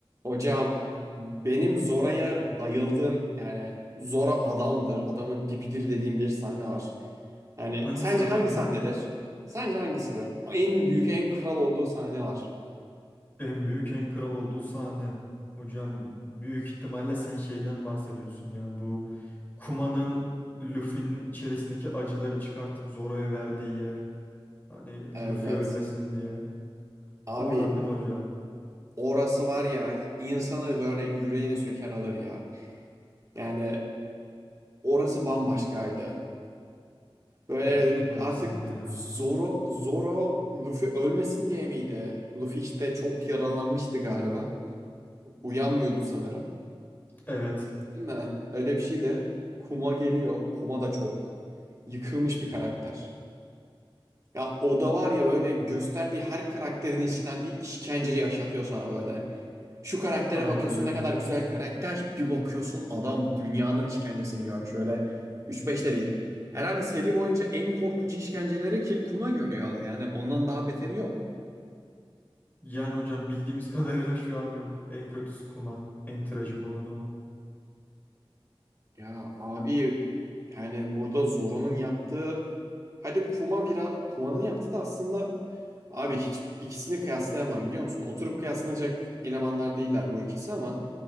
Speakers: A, on the right; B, on the left.
A: Hocam benim Zora'ya bayıldığım yani Zora adamdır, adamın dibidir dediğim bir sahne var. Yani
B: Hangi
A: sence
B: sahne
A: hangi
B: hocam?
A: sahnedir? Sence hangisidir? En büyük, en kral olduğu sahne var.
B: En büyük en kral olduğu sahne. Hocam büyük ihtimalle sen şeyden bahsediyorsun ya. Bu Kuma'nın Luffy'nin içerisindeki acıları çıkartıp Zoro'ya verdiği yer. Hani
A: Evet.
B: Luffy ölmesin diye.
A: Abi
B: Oradan değil mi hocam?
A: orası var ya insanı böyle yüreğini söker alır ya. Yani orası bambaşkaydı. Böyle
B: Mükemmel
A: artık
B: bir sahne ya.
A: Zoro, Zoro Luffy ölmesin diye miydi? Luffy işte çok yaralanmıştı galiba. Uyanmıyordu sanırım.
B: Evet,
A: Değil mi? Öyle bir şey de Kuma geliyor. Kuma da çok yıkılmış bir karakter. Ya o da var ya böyle gösterdiği her karakterin içinden bir işkence yaşatıyor sana böyle. Şu karaktere
B: aynen
A: bakıyorsun
B: öyle.
A: ne kadar güzel karakter. Bir bakıyorsun adam dünyanın işkencesini görmüş böyle. üç 5 de değil. Herhalde seri boyunca en korkunç işkenceleri ki Kuma görüyor. Yani ondan daha beteri yok.
B: Yani hocam bildiğimiz <laughs> kadarıyla şu an yok. En kötüsü Kuma. En trajik olanı o.
A: Ya abi yani burada Zoro'nun yaptığı hadi Kuma biraz Kuma'nın yaptığı da aslında abi hiç ikisini kıyaslayamam biliyor musun? Oturup kıyaslanacak elemanlar değiller bu ikisi ama